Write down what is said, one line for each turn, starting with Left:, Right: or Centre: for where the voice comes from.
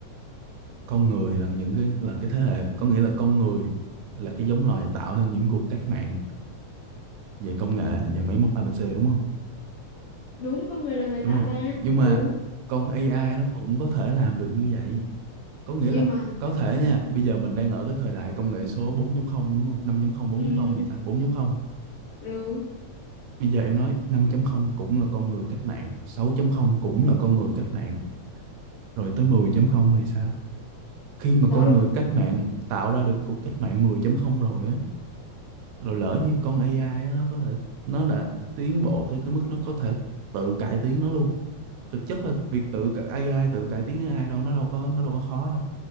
Right: con người là những cái là cái thế hệ, có nghĩa là con người là cái giống loài tạo nên những cuộc cách mạng về công nghệ, về máy móc ABC đúng không?
Left: Đúng, con người là người tạo
Right: đúng không
Left: ra.
Right: nhưng mà
Left: Ừ,
Right: con AI nó cũng có thể làm được như vậy có nghĩa
Left: nhưng
Right: là
Left: mà
Right: có thể nha bây giờ mình đang ở cái thời đại công nghệ số 4 không đúng không năm chấm không
Left: ừ.
Right: bốn 4 không gì ta 4 không.
Left: ừ
Right: bây giờ em nói 5 không cũng là con người cách mạng 6 không cũng là con người cách mạng rồi tới 10 không thì sao khi mà
Left: đó
Right: con
Left: là
Right: người cách mạng tạo ra được cuộc cách mạng 10 không rồi á rồi lỡ như con AI á, nó có thể nó đã tiến bộ tới cái mức nó có thể tự cải tiến nó luôn thực chất là việc tự cải- AI tự cải tiến AI đâu nó đâu có nó đâu có khó đâu